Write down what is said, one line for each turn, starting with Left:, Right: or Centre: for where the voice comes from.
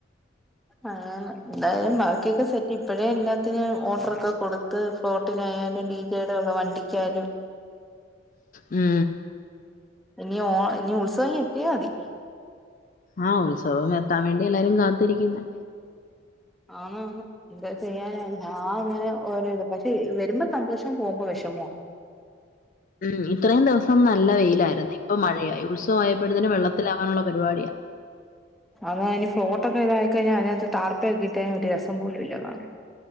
Centre: അങ്ങനെ എന്തായാലും ബാക്കിയൊക്കെ സെറ്റ് ഇപ്പോഴേ എല്ലാത്തിനും ഓർഡർൊക്കെ കൊടുത്ത് ഫ്ലോട്ടിനായാലും ഡീജെയുടെ ഉള്ള വണ്ടിക്കായാലും
Left: ഉം
Centre: ഇനി ഓ ഇനി ഉത്സവം ഇങ്ങു എത്തിയ മതി
Left: ആഹ്‌ ഉത്സവം എത്താൻ വേണ്ടി എല്ലാരും കാത്തിരിക്കുന്നേ
Centre: അന്ന് അന്ന് എന്തോ ചെയ്യാന ആ അങ്ങനെ ഓരോ പക്ഷെ വരുമ്പോ സന്തോഷവും പോവുമ്പോ വിഷമാ
Left: ഉം ഇത്രയും ദിവസം നല്ല വെയിലായിരുന്നേ ഇപ്പ മഴയായി ഉത്സവയപ്പോഴത്തിന് വെള്ളത്തിലകാനുള്ള പരിപാടിയാ
Centre: അത അതിന് ഫ്ലോട്ടൊക്കെ ഇതായി കഴിഞ്ഞാ അതിനകത്ത് താർപ്പയൊക്കെട്ടഴിഞ്ഞ ഒരു രസം പോലുമില്ല കാണാൻ